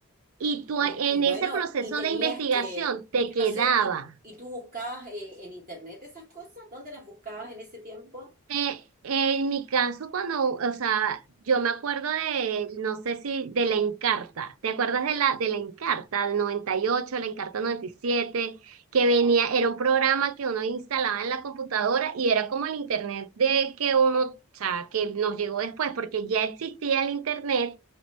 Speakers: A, on the right; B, on the right.
A: Y tú
B: Y,
A: en
B: y bueno,
A: ese proceso
B: y tenías
A: de investigación
B: que,
A: te
B: yo
A: quedaba.
B: no sé, ¿y, tú- y tú buscabas eh, en internet esas cosas? ¿Dónde las buscabas en ese tiempo?
A: Eh, en mi caso, cuando, o sea, yo me acuerdo de, no sé si, de la Encarta. ¿Te acuerdas de la, de la Encarta del noventa y ocho la Encarta noventa y siete que venía,
B: No.
A: era un programa que uno instalaba en la computadora y era como el internet de que uno, o sea, que nos llegó después, porque ya existía el internet,